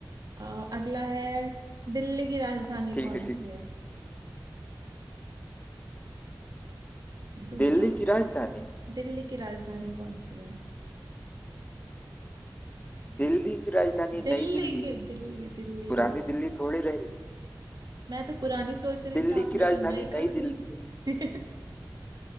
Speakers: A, on the right; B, on the left.
A: अ, अगला है दिल्ली की राजधानी
B: हाँ, ठीक
A: कौन
B: है ठीक
A: सी है दूसरा
B: दिल्ली की राजधानी
A: दिल्ली की राजधानी कौन सी है
B: दिल्ली की राजधानी
A: दिल्ली
B: नई दिल्ली
A: की
B: है
A: दिल्ली दिल्ली
B: पुरानी दिल्ली थोड़ी रही
A: मैं तो पुरानी सोच रही
B: दिल्ली
A: थी आपने
B: की राजधानी
A: तो नई
B: नई
A: कर दी
B: दिल्ली है
A: <laughs>